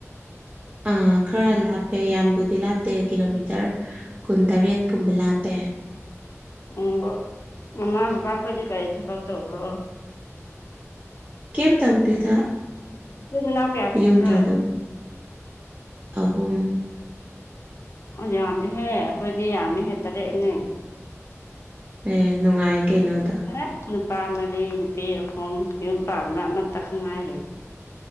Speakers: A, on the right; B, on the left.
A: ꯑꯥ ꯈꯔ ꯂꯥꯞꯄꯦ ꯌꯥꯝꯕꯨꯗꯤ ꯂꯥꯞꯇꯦ ꯀꯤꯂꯣꯃꯤꯇꯔ ꯀꯨꯟꯇꯔꯦꯠ ꯀꯨꯝꯕ ꯂꯥꯞꯄꯦ
B: ꯎꯝ ꯃꯃꯥ ꯕꯕꯥꯈꯣꯏꯗꯤ ꯀꯔꯤ ꯊꯕꯛ ꯇꯧꯕ꯭ꯔꯣ
A: ꯀꯦꯝ ꯇꯧꯗꯦꯗ
B: ꯏꯆꯤꯟ ꯏꯅꯥꯎ ꯀꯌꯥ
A: ꯌꯨꯝꯗ
B: ꯄ꯭ꯔꯣ
A: ꯑꯗꯨꯝ ꯑꯍꯨꯝ
B: ꯌꯥꯝꯗꯦꯍꯦ ꯑꯩꯈꯣꯏꯗꯤ ꯌꯥꯝꯃꯦꯍꯦ ꯇꯔꯦꯠꯅꯦ
A: ꯑꯦ ꯅꯨꯡꯉꯥꯏ ꯀꯩꯅꯣ ꯑꯗꯣ
B: <unintelligible> ꯅꯨꯄꯥ ꯃꯔꯤ ꯅꯨꯄꯤ ꯑꯍꯨꯝ ꯌꯨꯝꯄꯥꯟꯕ ꯑꯃꯠꯇꯥ ꯈꯛ ꯉꯥꯏꯔꯤ